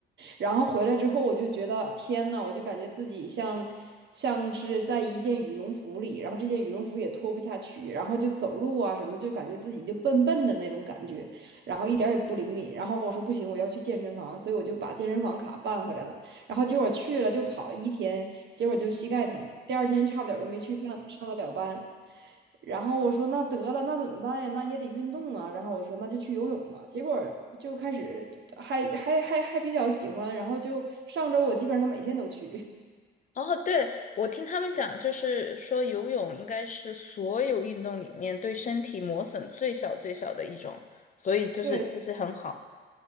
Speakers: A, on the right (about 65°); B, on the left (about 40°).
A: 然后回来之后，我就觉得天呐，我就感觉自己像像是在一件羽绒服里，然后这件羽绒服也脱不下去，然后就走路啊什么，就感觉自己就笨笨的那种感觉，然后一点儿也不灵敏。然后我说不行，我要去健身房，所以我就把健身房卡办回来了。然后结果去了就跑了一天，结果就膝盖疼，第二天差不点儿都没去上上得了班。然后我说那得了，那怎么办呀？那也得运动啊。然后我说那就去游泳吧。结果就开始还还还还比较喜欢，然后就上周我基本上每天都去。<laughs>
B: 哦，对，我听他们讲，就是说游泳应该是所有运动里面对身体磨损最小最小的一种，所以就是其实很好。
A: 对